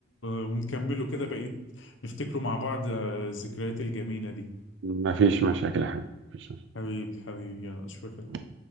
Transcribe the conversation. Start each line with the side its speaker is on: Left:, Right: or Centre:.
Left: ونكمله كده بقيت نفتكره مع بعض آه، الذكريات الجميلة دي
Right: ما فيش مشاكل يا حبيبي مفيش
Left: حبيبي حبيبي يا اشوفك على خير
Right: مشاكل.